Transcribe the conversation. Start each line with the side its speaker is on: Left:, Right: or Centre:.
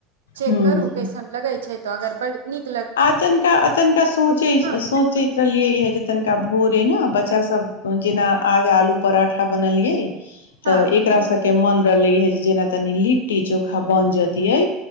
Right: चेक
Left: ह
Right: करू कैसन लगाइ छै तऽ अगर बड़ निक
Left: आ तनिका तनिका सोचैत
Right: हँ
Left: सोचैत रहलियै जे तनिका भोरे ने बच्चा सब जेना आज आलू पराठा बनलियै तऽ
Right: हँ
Left: एकरा सबके मन रहलै ह जे जेना तनी लिट्टी चोखा बै